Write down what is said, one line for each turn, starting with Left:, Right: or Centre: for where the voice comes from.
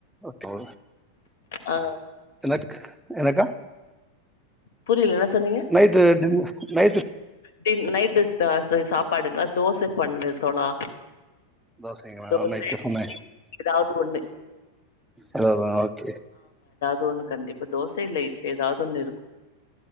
Centre: அப்ப
Left: ஆ
Centre: எனக்கு எனக்கா
Left: புரியில என்ன சொன்னீங்க
Centre: நைட்டு டின் நைட்டு
Left: டே நைட்டு சா ச சாப் பாடுங்க தோச பண்ணுங்க தோழா
Centre: தோசைங்களா
Left: தோச
Centre: நைட் டிஃபனு
Left: எதாவது ஒண்ணு
Centre: அதுதா ஓகே
Left: தோன்னு கண்டிப்பா தோச இல்ல இட்லி எதாவது ஒன்னு